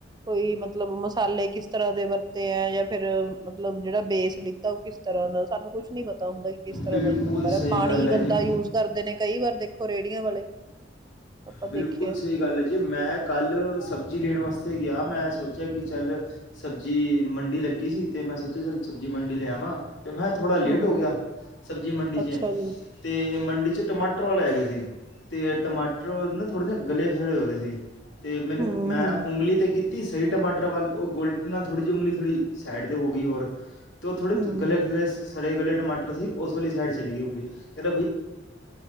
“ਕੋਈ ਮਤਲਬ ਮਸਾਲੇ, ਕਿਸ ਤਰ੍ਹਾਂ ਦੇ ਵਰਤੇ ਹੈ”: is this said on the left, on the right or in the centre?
Right